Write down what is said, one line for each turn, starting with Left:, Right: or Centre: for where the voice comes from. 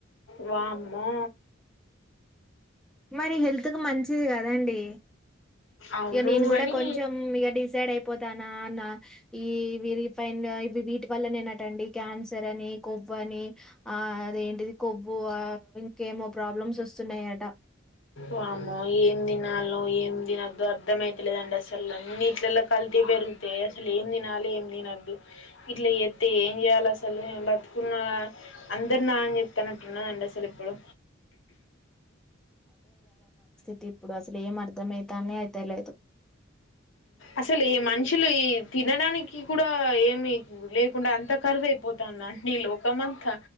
Left: వామ్మో
Centre: మరి హెల్ త్ కు మంచిది కదండి
Left: అవును
Centre: ఇక నేను కూడా
Left: అని
Centre: కొంచెం ఇగ డిసైడ్ అయిపో తనాన ఈ రిఫైన్డ్ ఈ ఇవ్వి వీటి వల్లనే నటండి కాన్స్ తరని కొవ్వు అని ఆ అదేంటిది కొవ్వు ఆ ఇంకేమో ప్రాబ్లమ్స్ వస్తున్నాయట
Left: వామ్మో ఏం తినాలో ఏం తినొద్దొ అర్థంమయితలేదండి అసలు అన్నిట్లలో కల్తీ పెరుగుతే అసలు ఏం తినాలి ఏం తినొద్దు ఇట్లా చేత్తే ఏం చేయాలి అసలు బ్రతుకున్న అందరునా అని చెప్తానట్టున్నదండి అసలు ఇప్పుడు
Centre: తి ఇప్పుడు అసలు ఏం అర్ధమైతానే అయితే లేదు
Left: అసలు ఈ మనుషులు ఈ తినడానికి కూడా ఏం మీక్ లేకుండా అంతా కరువైపోతావుందా అండి లోకం నాక